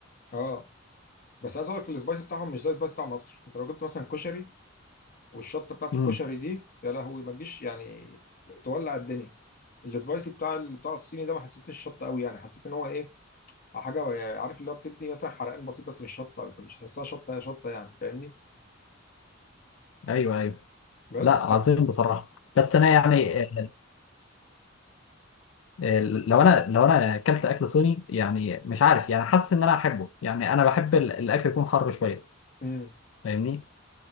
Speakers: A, on the left; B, on the left.
A: اه بس عايز اقول لك السبايسي بتاعهم مش زي السبايسي بتاع مصر انت لو جبت مثلا كشري والشطه بتاعت
B: امم
A: الكشري دي يا لهوي ما تجيش يعني تولع الدنيا السبايسي بتاع بتاع الصيني ده ما حسيتش الشطه قوي يعني حسيت ان هو ايه حاجه يعني، عارف اللي هو بتدي مثلا حرقان بسيط بس مش شطه مش تحسها شطه شطه يعني فاهمني
B: ايوه ايوه
A: بس
B: لا عظيم بصراحه بس انا يعني آه، آه، لو انا لو انا اكلت اكل صيني يعني مش عارف يعني حاسس ان انا احبه يعني انا بحب ال- الاكل يكون حر شويه
A: امم
B: فاهمني